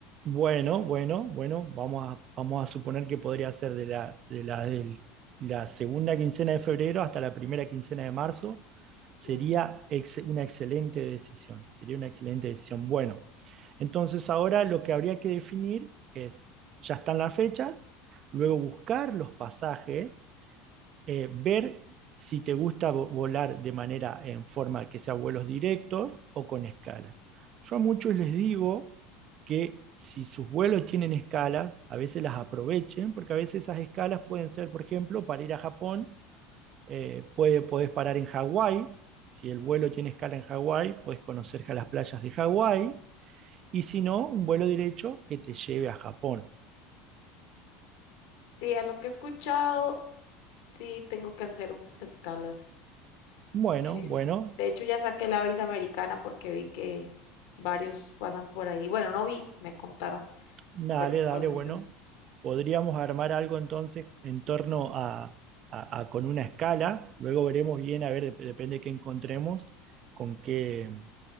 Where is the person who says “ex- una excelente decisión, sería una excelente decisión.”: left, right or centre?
Right